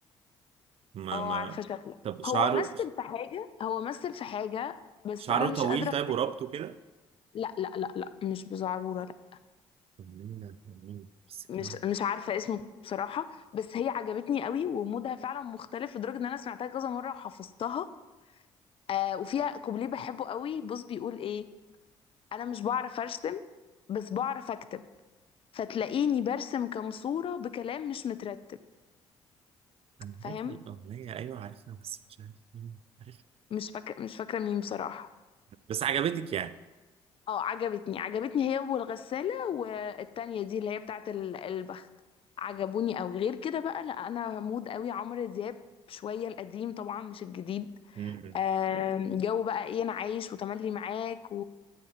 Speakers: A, on the right (about 50°); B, on the left (about 45°).
A: ما
B: اه
A: ما
B: عارفه شكله
A: طب شعره
B: هو مثل في حاجه هو مثل في حاجه بس
A: شعره
B: انا مش
A: طويل
B: قادره
A: طيب
B: افتكر
A: وربطه كده
B: لا لا لا لا مش بزعروره لا
A: أغنية أغنية بس
B: مش
A: كان-
B: مش عارفه اسمه بصراحه بس هي عجبتني قوي ومودها فعلا مختلف لدرجه ان انا سمعتها كذا مره وحفظتها آه وفيها كوبليه بحبه قوي بص بيقول ايه انا مش بعرف ارسم بس بعرف اكتب فتلاقيني برسم كام صورة بكلام مش مترتب
A: أنا
B: فاهم
A: عارفها الأغنية أيوة عارفها بس مش عارف مين عارفها
B: مش فاكرة مش فاكرة مين بصراحة
A: بس عجبتك يعني
B: اه عجبتني عجبتني هي والغسالة والتانية دي اللي هي بتاعت ال- البخت عجبوني قوي غير كده بقى لا انا مود قوي عمرو دياب شوية القديم طبعا مش الجديد
A: مم.
B: آم، جو بقى ايه انا عايش وتملي معاك